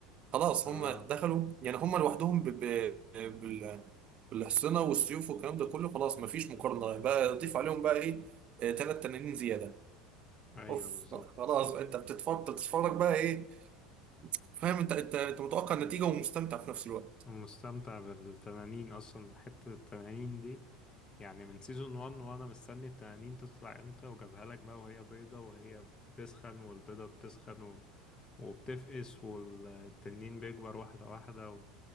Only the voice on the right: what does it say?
خلاص
هم دخلوا يعني هم لوحدهم ب... ب... بال... بالحصنة والسيوف والكلام ده كله خلاص ما فيش مقارنة بقى ضيف عليهم بقى إيه آه، تلات تنانين زيادة
أوف
خلاص أنت بتتفرج بتتفرج بقى إيه فاهم أنت أنت أنت متوقع النتيجة ومستمتع في نفس الوقت